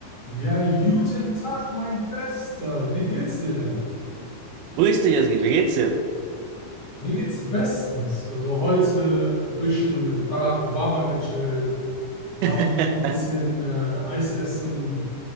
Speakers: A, on the left; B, on the right.
A: Ja, guten Tag, mein Bester. Wie geht's dir denn?
B: Grüß dich, Jasmin, wie geht's dir?
A: Mir geht's bestens. Also heute ein bisschen mit Barack Obama gechillt, war
B: <laughs>
A: mit ihm ein bisschen äh, Eis essen,